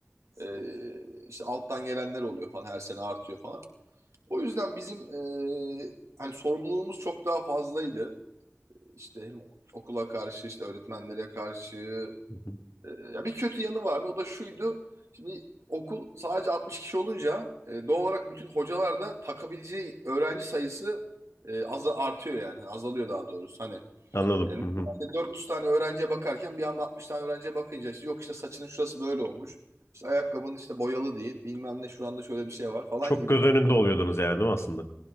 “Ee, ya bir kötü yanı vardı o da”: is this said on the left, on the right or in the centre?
Right